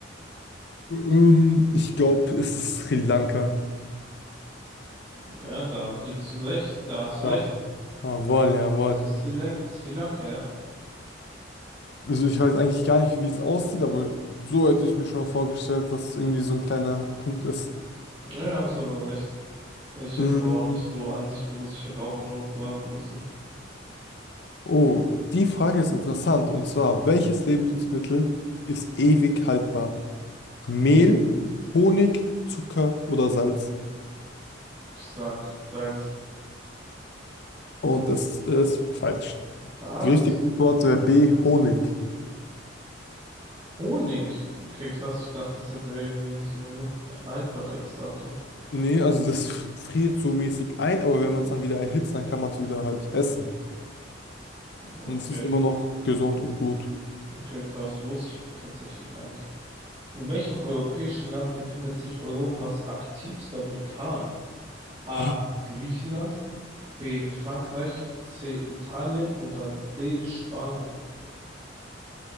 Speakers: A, on the left; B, on the right.
A: Ähm, ich glaube, es ist Sri Lanka.
B: Ja, da liegst du recht. Da hast du recht.
A: Ja. Jawohl, jawohl.
B: Es ist Sri Lan- Sri Lanka, ja.
A: Also ich weiß eigentlich gar nicht, wie es aussieht, aber so hätte ich mir schon vorgestellt, dass es irgendwie so ein kleiner Punkt ist.
B: Ja, hast du aber recht. Hätte Ich jetzt
A: Mm.
B: aber auch nicht so an sich gewusst. Ich hätte auch nur warten müssen.
A: Oh, die Frage ist interessant. Und zwar, welches Lebensmittel ist ewig haltbar? Mehl, Honig, Zucker oder Salz?
B: Ich sag halt
A: Und das ist falsch.
B: das.
A: Die richtige Antwort wäre B, Honig.
B: Honigkeks, was ich dachte, das hätte irgendwie so ein Min- Haltbarkeitsdatum.
A: Nee, also das friert so mäßig ein, aber wenn man es dann wieder erhitzt, dann kann man es wieder halt essen.
B: Okay,
A: Und es ist immer noch gesund und gut.
B: okay, das wusste ich tatsächlich gar nicht. In welchem europäischen Land befindet sich Europas aktivster Vulkan? A.
A: <laughs>
B: Griechenland, B. Frankreich, C. Italien oder D. Spanien?